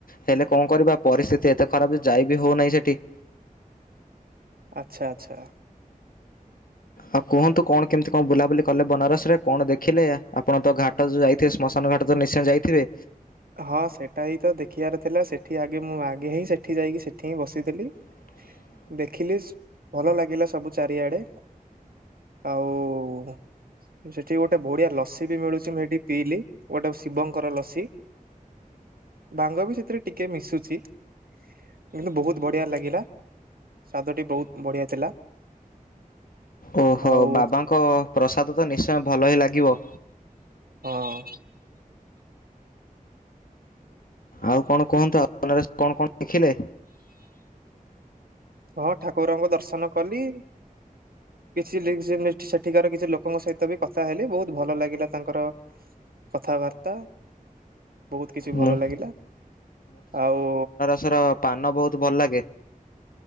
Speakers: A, on the left; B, on the right.
A: ହେଲେ କଁ କରିବା ପରିସ୍ଥିତି ଏତେ ଖରାପ୍ ଯେ ଯାଇ ବିି ହଉ ନାଇ ସେଟି।
B: ଆଚ୍ଛା ଆଚ୍ଛା।
A: ଆଉ କୁହନ୍ତୁ କଣ କେମିତି କଁ ବୁଲାବୁଲି କଲେ ବନାରସ୍ ରେ କଣ ଦେଖିଲେ ଆପଣ ତ ଘା ଟ ଯୁ ଯାଇଥିବେ ଶ୍ମଶାନ ଘାଟ ତ ନିଶ୍ଚୟ ଯାଇଥିବେ?
B: ହଁ ସେଟା ହି ତ ଦେଖିଆର ଥିଲା ସେଠି ଆଗେ ମୁଁ ଆଗେ ହିଁ ସେଠି ଯାଇକି ସେଠି ହିଁ ବସିଥିଲି।
A: <inaudible>
B: ଦେଖିଲିସ୍ ଭଲ ଲାଗିଲା ସବୁ ଚାରିଆଡେ। ଆଉ ଉଁ ସେଠି ଗୋଟେ ବଢିଆ ଲସି ବି ମିଳୁଚି ମୁଁ ସେଇଠି ପିଇଲି ଗୋଟେ ଶିବ କର ଲସି। ଭାଙ୍ଗ ବି ସେଥିରେ ଟିକେ ମିଶୁଛି। କିନ୍ତୁ ବହୁତ୍ ବଢ଼ିଆ ଲାଗିଲା ସ୍ୱାଦଟି ବହୁତ୍ ବଢ଼ିଆ ଥିଲା।
A: ଓହୋ
B: ଆଉ
A: ବାବାଙ୍କ ପ୍ରସାଦ ତ ନିଶ୍ଚୟ ଭଲ ହିଁ ଲାଗିବ।
B: ହଁ।
A: ଆଉ କଣ କୁହନ୍ତୁ ଆ <unintelligible> କଣ କଣ ଦେଖିଲେ?
B: ହଁ ଠାକୁରଙ୍କ ଦର୍ଶନ କଲି। କିଛି ଲିଙ୍କ୍ସ <unintelligible> ସେଠିକାର କିଛି ଲୋକଙ୍କ ସହିତ ବି କଥା ହେଲି ବହୁତ୍ ଭଲ ଲାଗିଲା ତାଙ୍କର କଥାବାର୍ତ୍ତା ବହୁତ୍ କିଛି ଭଲ
A: ମୁଁ
B: ଲାଗିଲା ଆଉ
A: ସର ପାନ ବହୁତ୍ ଭଲ ଲାଗେ।